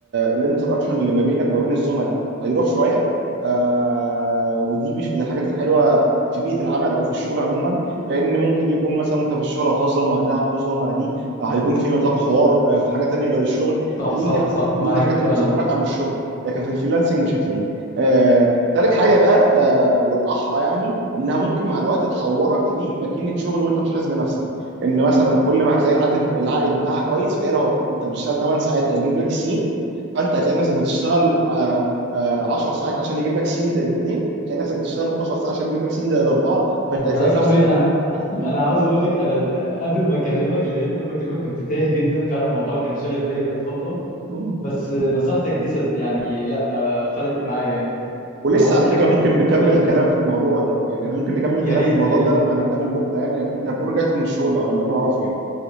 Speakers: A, on the right; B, on the left.
A: الانتراكشن اللي ما بينك وما بين الزملاء هيروح شويه آه، ودي مش من الحاجات الحلوه في بيئه العمل او في الشغل عموما لان ممكن يكون مثلا وانت في الشغل هتهزر مع ده هتهزر مع دي آه، هيكون في نطاق حوار آه، في حاجه تانية غير الشغل
B: صح
A: فدي
B: صح
A: من الح-
B: صح
A: دي
B: معاك
A: من الحاجات
B: فعلا
A: اللي بتصبرك عن الشغل لكن في الفريلانسنج مش هتلاقيه آه، تالت حاجه بقى آه، والاحرى يعني انها ممكن مع الوقت تحورك لماكينه شغل وانت مش حاسس بنفسك ان مثلا كل ما هتلاقي العدد العائد بتاعها كويس فهي لو انت بتشتغل 8 ساعات هيجيب لك سين فانت هتلاقي نفسك بتشتغل آه، آه، 10 ساعات عشان يجيب لك سين زائد 2 هتلاقي نفسك بتشتغل 12 ساعه عشان يجيب لك سين زائد 4
B: والله
A: فانت هتلاقي
B: يا صاحبي
A: نفسك
B: انا <laughs>
A: مم.
B: انا عاوز اقول لك انا قبل ما اكلمك لغايه قبل ما اكلمك كنت تايه جدا فعلا الموضوع كان شاغل بالي بقالي فتره
A: مم.
B: بس نصيحتك دي صد يعني لا آه، فرقت معايا يعني
A: ولسه
B: نورت
A: على
B: حاجات
A: فكره ممكن
B: ما كنتش
A: نكمل
B: واخد
A: كلام في الموضوع ده يعني احنا ممكن نكمل
B: يا
A: كلام
B: ريت
A: في الموضوع
B: يا ريت
A: ده لما نتقابل بكره يعني اكيد انت هتكون رجعت من الشغل على اللي انا اعرفه يعني